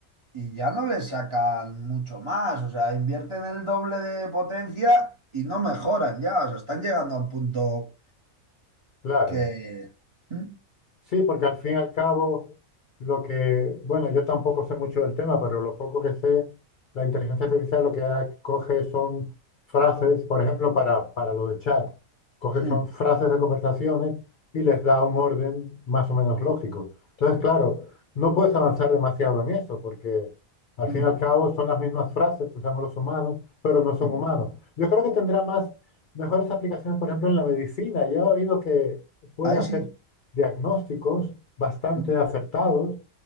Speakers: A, on the right; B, on the left.
A: y ya no le sacan mucho más. O sea, invierten el doble de potencia y no mejoran ya. O sea, están llegando a un punto
B: Claro,
A: que... Mm,
B: sí, porque al fin y al cabo, lo que, bueno, yo tampoco sé mucho del tema, pero lo poco que sé, la inteligencia artificial lo que ha- coge son frases, por ejemplo, para, para lo del chat, coge
A: mm,
B: son frases de conversaciones y les da un orden más o menos lógico. Entonces, claro, no puedes avanzar demasiado en eso, porque al
A: mm,
B: fin y al cabo son las mismas frases que usamos los humanos, pero no son
A: mm.
B: humanos. Yo creo que tendrá más, mejores aplicaciones, por ejemplo, en la medicina. Yo he oído que puede
A: Ahí
B: hacer
A: sí.
B: diagnósticos bastante
A: Hmm.
B: acertados.